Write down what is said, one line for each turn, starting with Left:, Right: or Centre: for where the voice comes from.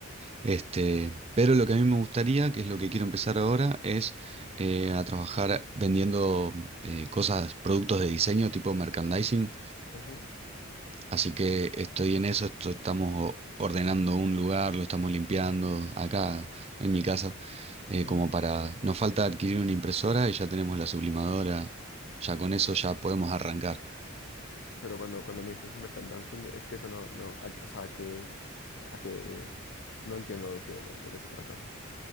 Right: Este, pero lo que a mí me gustaría, que es lo que quiero empezar ahora, es eh, a trabajar vendiendo eh, cosas, productos de diseño tipo merchandising.
Left: ujú,
Right: Así que estoy en eso, esto- estamos o- ordenando un lugar, lo estamos limpiando acá en mi casa, eh,
Left: ujú.
Right: como para... Nos falta adquirir una impresora y ya tenemos la sublimadora, ya con eso ya podemos arrancar.
Left: Pero cuando, cuando me dices mercant es que eso no, no, a- o sea, que, a que no entiendo de qué, de, de qué se trata.